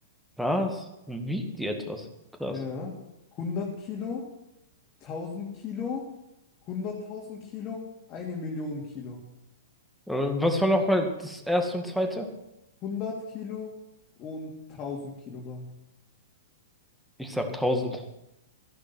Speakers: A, in the centre; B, on the left.
A: Was? Wiegt die etwas? Krass.
B: Ja, hundert Kilo, tausend Kilo, hunderttausend Kilo, eine Million Kilo.
A: Äh, was war nochmal das erste und zweite?
B: hundert Kilo und tausend Kilogramm.
A: Ich sag 1000.